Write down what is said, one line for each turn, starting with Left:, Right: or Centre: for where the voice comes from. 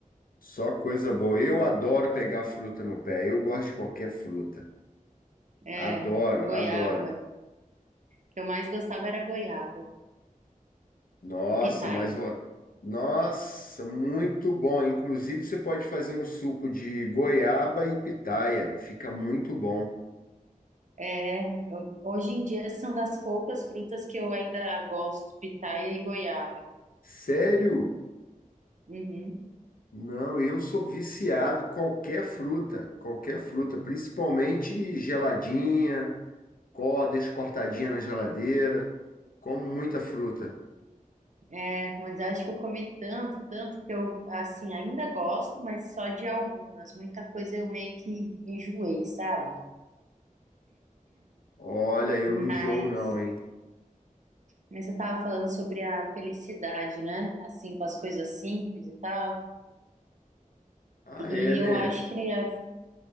Left: só coisa boa. Eu adoro pegar fruta no pé. Eu gosto de qualquer fruta.
Right: é,
Left: Adoro,
Right: goiaba.
Left: adoro.
Right: O que eu mais gostava era goiaba
Left: Nossa,
Right: e pitaia.
Left: mas vou. Nossa, muito bom. Inclusive, você pode fazer um suco de goiaba e pitaia. Fica muito bom.
Right: É, eu- hoje em dia são das poucas frutas que eu ainda gosto, pitaia e goiaba.
Left: Sério?
Right: Uhum.
Left: Não, eu sou viciado em qualquer fruta, qualquer fruta, principalmente geladinha, có- deixo cortadinha na geladeira. Como muita fruta.
Right: É, mas eu acho que eu comi tanto, tanto que eu, assim, ainda gosto, mas só de algumas. Muita coisa eu meio que enjoei, sabe?
Left: Olha, eu não enjoo
Right: Mas,
Left: não, hein?
Right: mas você estava falando sobre a felicidade, né? Assim, com as coisas simples e tal.
Left: Ah,
Right: E
Left: é, né?
Right: eu acho que a,